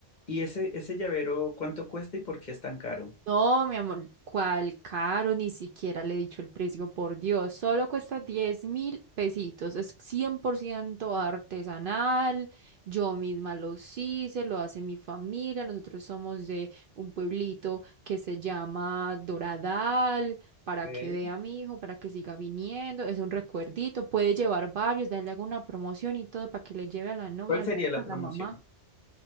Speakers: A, on the left (about 45°); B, on the right (about 60°).
A: ¿Y ese, ese llavero cuánto cuesta y por qué es tan caro?
B: No, mi amor, cuál caro, ni siquiera le he dicho el precio, por Dios, solo cuesta diez mil pesitos, es 100% artesanal, yo misma lo hice, lo hace mi familia, nosotros somos de un pueblito que se llama Doradal, para
A: ok.
B: que vea a mi hijo, para que siga viniendo, es un recuerdito, puede llevar varios, darle alguna promoción y todo para que le lleve a la novia,
A: ¿Cuál
B: a
A: sería
B: la hija,
A: la
B: a
A: promoción?
B: la mamá.